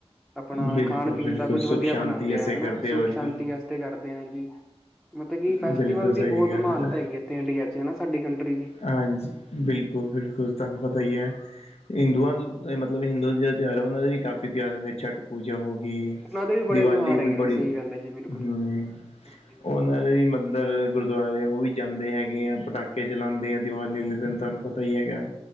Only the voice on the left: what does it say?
ਬਿਲਕੁਲ
ਬਿਲਕੁਲ
ਸੁੱਖ ਸ਼ਾਂਤੀ
ਐਸੇ
ਕਰਦੇ
ਹੋਰ ਕੀ
ਬਿਲਕੁਲ
ਸਹੀ
ਗੱਲ
ਤਾਂ
ਹਾਂਜੀ, ਬਿਲਕੁਲ-ਬਿਲਕੁਲ ਤੁਹਾਨੂੰ ਪਤਾ ਈ ਐ, ਹਿੰਦੂਆਂ ਮਤਲਬ ਹਿੰਦੂ ਜੇ ਜਿਹੜਾ ਤੀਹਾਰ ਹੁੰਦਾ ਨਾ, ਉਹਨਾਂ ਦੇ ਵੀ ਕਾਫੀ ਤੀਹਾਰ ਹੁੰਦੇ ਛੱਟ ਪੂਜਾ ਹੋਗੀ,
ਦੀਵਾਲੀ
ਉਹ
ਵੀ
ਬੜੀ,
ਹੂੰ
ਉਹਨਾਂ ਦੀ ੰਦਰ, ਗੁਰਦੁਆਰੇ ਉਹ ਵੀ ਜਾਂਦੇ ਹੈਗੇ ਆ। ਪਟਾਕੇ ਜਲਾਂਦੇ ਆ, ਦਿਵਾਲੀੇ ਆਲੇ ਦਿਨ ਤੁਹਾਨੂੰ ਪਤਾ ਈ ਹੈਗਾ।